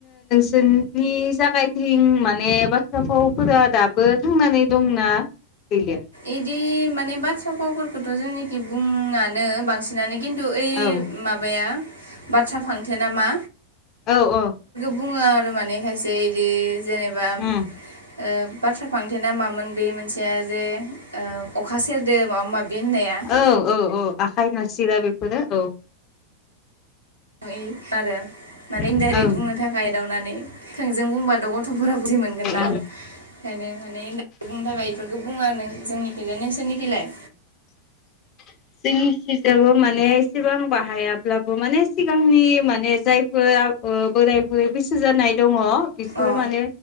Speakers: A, on the left (about 35°); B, on the right (about 80°).
A: नोंनि जागायथिं माने बाथ्रा भावफोरा दाबो थांनानै दंना गैलिया?
B: इदि माने बाथ्रा भावफोरखौथ जोंनिखि बुङानो बांसिनानो खिन्थु ओइ
A: औ
B: माबाया बाथ्रा फांथे नामा?
A: औ औ
B: बुङो आरो माने खायसे इदि जेनेबा ओ
A: उम
B: बाथ्रा फांथेना मामोन बे मोनसेया जे ओ अखा सेरदो माबा माबि होननाया
A: औ औ औ आखाइ नारसिरा बेफोरनो औ
B: नुयो आरो माने इनडाइरेक्ट
A: ओं ओं
B: बुंनो थाखाय एदाउनानै थोंजों बुंबाद ग' थ' फोरा बुजि मोनगोन ना
A: ओं
B: ओंखायनो माने इनदारेख बुंनो थाखाय इफोरखो बुङो आरो नों जोंनिखिजाय नोंसोरनिखैलाय?
A: <inaudible> जोंनिखिजाबो माने एसेबां बाहायाब्लाबो माने सिगांनि माने जायफोर ओ बोराय बुरै बैसो जानाय दङ बिसोरो
B: अ
A: माने